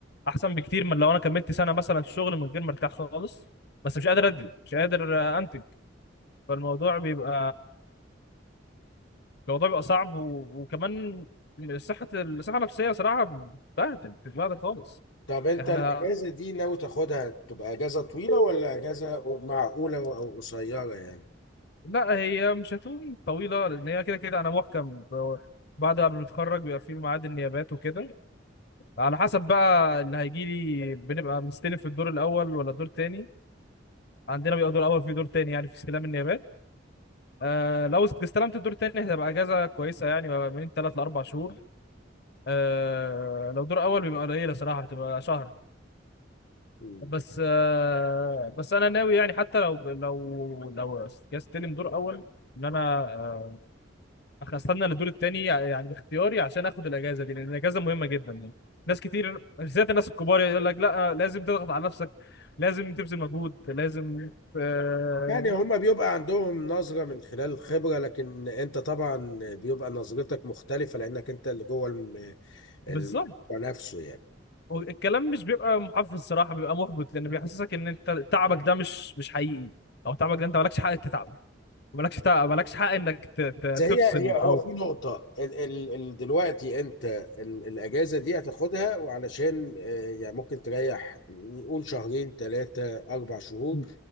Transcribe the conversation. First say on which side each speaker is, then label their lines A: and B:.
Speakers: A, on the left; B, on the left.
A: احسن بكتير من لو انا كملت سنه مثلا شغل من غير ما ارتاح خالص بس مش قادر ادي مش قادر آه، انتج فالموضوع بيبقى الموضوع بيبقى صعب و... وكمان صحه الصحه النفسيه صراحه بتبهدل بتتبهدل خالص
B: طب انت
A: احنا
B: الاجازه دي ناوي تاخدها تبقى اجازه طويله ولا اجازه معقوله او قصيره يعني
A: لا هي مش هتكون طويلة لأن هي كده كده أنا محكم ب- بعد ما بنتخرج بيبقى في ميعاد النيابات وكده على حسب بقى اللي هيجيلي بنبقى مستلف في الدور الأول ولا الدور التاني عندنا بيبقى دور أول في دور تاني يعني في استلام النيابات آه لو استلمت الدور التاني هتبقى أجازة كويسة يعني بقى من تلات لأربع شهور آه لو دور أول بيبقى قليلة صراحة بتبقى شهر
B: مم.
A: بس آه بس أنا ناوي يعني حتى لو لو لو استلم دور أول إن أنا آه، احنا استنى للدور التاني يعني باختياري عشان اخد الاجازه دي لان الاجازه مهمه جدا يعني ناس كتير بالذات الناس الكبار يقول لك لا لازم تضغط على نفسك لازم تبذل مجهود لازم آه
B: يعني هما بيبقى عندهم نظرة من خلال الخبرة لكن انت طبعا بيبقى نظرتك مختلفة لانك انت اللي جوه الم- الموضوع
A: بالظبط
B: نفسه يعني
A: والكلام مش بيبقى محفز الصراحه بيبقى محبط لان بيحسسك ان انت تعبك ده مش مش حقيقي او تعبك ده انت مالكش حق تتعب ومالكش تع- مالكش حق انك ت- ت-
B: بس هي
A: تفصل
B: هي هو
A: او
B: في نقطة ال ال ال دلوقتي انت ال الاجازة دي هتاخدها وعلشان آه، يعني ممكن تريح نقول شهرين ثلاثة اربع شهور
A: م-